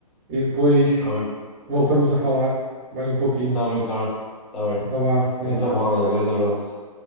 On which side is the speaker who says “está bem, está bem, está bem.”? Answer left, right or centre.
Left